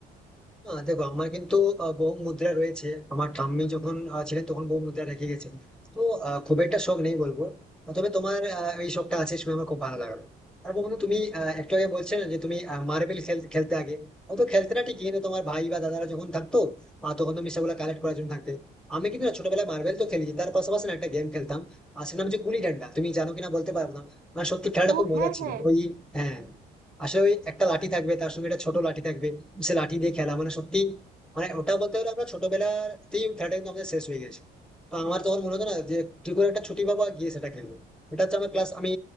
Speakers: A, in the centre; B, on the right (about 60°).
A: না, দেখো আমার কিন্তু আহ, বহু মুদ্রা রয়েছে আমার ঠাম্মি যখন আহ, ছিলেন তখন বহু মুদ্রা রেখে গেছেন তো আহ, খুব একটা শখ নেই বলবো আহ, তবে তোমার আহ, এই শখটা আছে শুনে আমার খুব ভালো লাগলো আর বন্ধু তুমি আহ, একটু আগে বলছিলে না যে তুমি মার্বেল খেলতে আগে ও তো খেলতে না ঠিকই কিন্তু তোমার ভাই বা দাদারা যখন থাকতো আহ, তখন তুমি সেগুলো কালেক্ট করার জন্য থাকতে আমি কিন্তু না ছোটবেলায় মার্বেল তো খেলেছি তার পাশাপাশি না একটা গেম খেলতাম আর সেটা নাম হচ্ছে গুলি ডান্ডা তুমি জানো কিনা বলতে পারবো না আর সত্যি খেলাটা
B: ও
A: খুব
B: হ্যাঁ
A: মজা ছিল
B: হ্যাঁ
A: ওই হ্যাঁ আসলে ওই একটা লাঠি থাকবে তার সঙ্গে একটা ছোট লাঠি থাকবে সে লাঠি দিয়ে খেলা মানে সত্যি মানে ওটা বলতে গেলে আমরা ছোটবেলাতেই ওই খেলাটা কিন্তু আমাদের শেষ হয়ে গেছে তো আমার তখন মনে হতো না যে কি করে একটা ছুটি পাবো আর গিয়ে সেটা খেলবো এটা হচ্ছে আমার ক্লাস আমি